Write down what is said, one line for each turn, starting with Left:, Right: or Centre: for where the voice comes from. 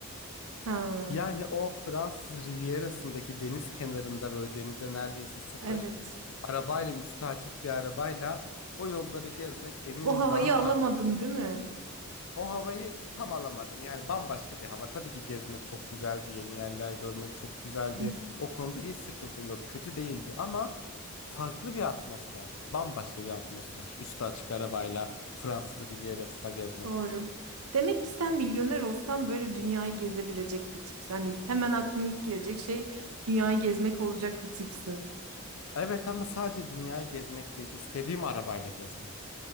Right: Ha,
Left: Yani o Fransız Rivierası'ndaki deniz kenarında böyle denize neredeyse sıfır,
Right: evet.
Left: arabayla üstü açık bir arabayla o yolları gezmek eminim
Right: O havayı
Left: daha farklı
Right: alamadın değil mi?
Left: o havayı tam alamadım. Yani bambaşka bir hava. Tabii ki gezmek çok güzeldi, yeni yerler görmek çok güzeldi.
Right: Hı,
Left: O konuda hiç sıkıntım yok. Kötü değildi ama farklı bir atmosfer. Bambaşka bir atmosfer. Üstü açık arabayla Fransız Rivierası'na gezmek.
Right: Doğru. Demek ki sen milyoner olsan böyle dünyayı gezebilecek bir tipsin. Hani hemen aklına ilk gelecek şey dünyayı gezmek olacak bir tipsin.
Left: Evet ama sadece dünyayı gezmek değil, istediğim arabayla gezmek.